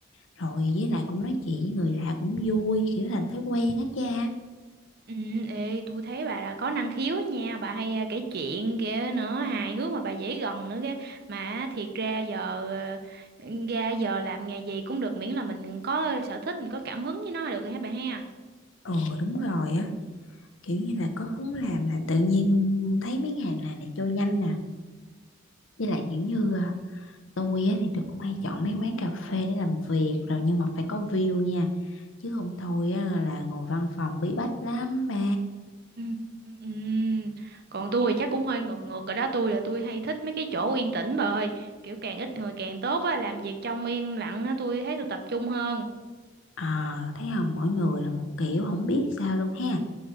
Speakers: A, on the left; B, on the right.
A: Rồi với lại cũng nói chuyện với người lạ cũng vui, kiểu thành thói quen á cha.
B: ừ, ê, tôi thấy bà là có năng khiếu nha bà hay à, kể chuyện kia nữa hài hước mà bà dễ gần nữa kia mà thiệt ra giờ ờ, ra giờ làm nghề gì cũng được miễn là mình có sở thích mình có cảm hứng với nó là được rồi hả bà ha
A: Ờ đúng rồi á, kiểu như là có hướng làm là tự nhiên thấy mấy ngày này là trôi nhanh nè. với lại kiểu như à, tôi á, thì tôi cũng hay chọn mấy quán cà phê để làm việc rồi nhưng mà phải có view nha chứ không thôi á, là ngồi văn phòng bí bách lắm ba
B: Ừm, ừm. Còn tôi thì chắc cũng hơi ngược ngược ở đó tôi là tôi hay thích mấy cái chỗ yên tĩnh bà ơi kiểu càng ít người càng tốt á làm việc trong yên lặng á tôi thấy tôi tập trung hơn
A: à, thấy không mỗi người là một kiểu không biết sao luôn ha